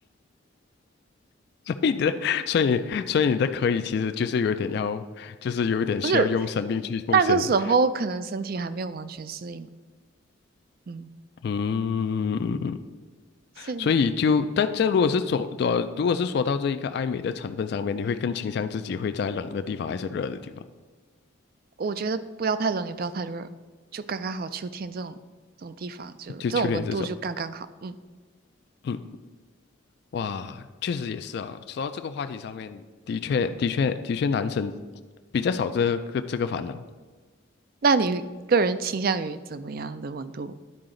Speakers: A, on the left; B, on the right.
A: <laughs> 你的，所以所以你的可以其实就是有点要，
B: 嗯
A: 就是有一点需要用生命去奉献的。
B: 不是那个时候可能身体还没有完全适应，嗯，
A: 嗯，
B: 现
A: 所以就，但这如果是说，呃，如果是说到这一个爱美的成分上面，你会更倾向自己会在冷的地方还是热的地方？
B: 我觉得不要太冷，也不要太热，就刚刚好。秋天这种这种地方，就这种温度就刚刚好。
A: 就秋天这种，
B: 嗯，
A: 嗯，哇，确实也是啊。说到这个话题上面，的确，的确，的确，男生比较少这个这个烦恼。
B: 那你个人倾向于怎么样的温度？